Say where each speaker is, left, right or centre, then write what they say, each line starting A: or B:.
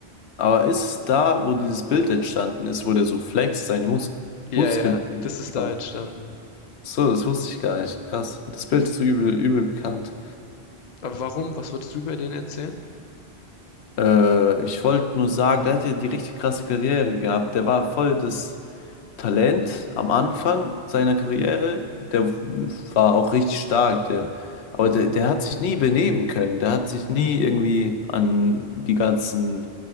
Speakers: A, on the left; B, on the left.
A: aber ist da, wo dieses Bild entstanden ist, wo der so flext, seine Mus
B: Ja,
A: Muskeln
B: ja, das ist
A: spannt?
B: da entstanden.
A: So, das wusste ich gar nicht. Krass. Das Bild ist so übel, übel bekannt.
B: Aber warum? Was wolltest du über den erzählen?
A: Äh, ich wollte nur sagen, der hat ja die richtig krasse Karriere gehabt. Der war voll das. Talent am Anfang seiner Karriere, der war auch richtig stark, der, aber der, der hat sich nie benehmen können, der hat sich nie irgendwie an die ganzen